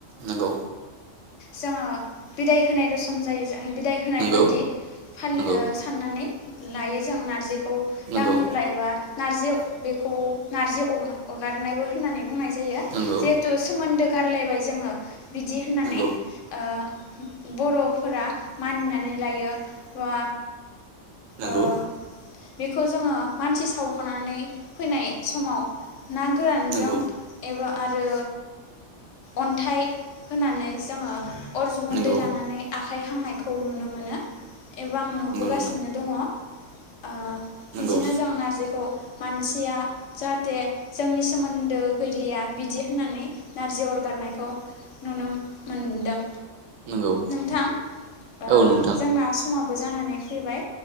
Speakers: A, on the right; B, on the left.
A: नंगौ
B: जोंङो बिदाय होनाय रसम जायो जों होनाय
A: नंगौ
B: बायदि फाल
A: नंगौ
B: साननानै लायो जों नारजि खौ
A: नंगौ
B: दांङोब्ला एबा नारजि बेखौ नारजि अरगारनायबो होननानै बुंनाय जायो
A: नंगौ
B: जिहेतु सोमोन्दो गारलायबाय जोंङो बिदि होननानै
A: नंगौ
B: ओ बर'फोरा मानिनानै लायो बा
A: नंगौ।
B: ओ बेखौ जोंङो मानसि सावखांनानै फैनाय समाव ना गोरानजों
A: नंगौ नंगौ
B: एबा आरो अन्थाइ होनानै जोंङो अर जुगुन्दै
A: नंगौ
B: लानानै आ आखाय हांनाय खौ नुनो मोनो एबा आं नुबोगासिनो
A: नोंथां
B: दंङ। ओ बिदिनो
A: नंगौ
B: जों नारजिखौ मानसिया जाहाथे जोंनि सोमोन्दो गैलिया बिदि होननानै नारजि अरगारनायखौ नुनो मोनदों।
A: नंगौ।
B: नोंथां ओ
A: औ नोंथां।
B: जोंना समाबो जानानै फैबाय।